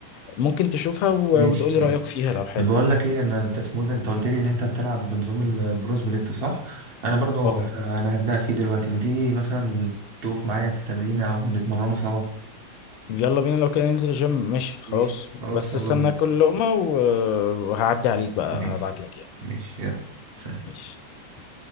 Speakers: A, on the left (about 40°); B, on the right (about 50°).
A: ممكن تشوفها وتقول
B: ماشي
A: لي
B: ماشي
A: رأيك فيها لو حابب
B: طب بقول لك ايه انا انت اسمه إيه ده انت قلت لي ان انت بتلعب بنظام البرو سبليت صح انا برضو
A: اه
B: ه- انا هبدا فيه دلوقتي ما تيجي مثلا تقف معايا في التمرين او نتمرنه سوا
A: يلا بينا لو كده ننزل الجيم ماشي خلاص
B: ماشي
A: بس
B: خلاص يلا
A: استنى
B: بينا
A: كل لقمة و- وهعدي عليك بقى
B: ماشي
A: هبعت لك يعني
B: ماشي يلا سلام
A: ماشي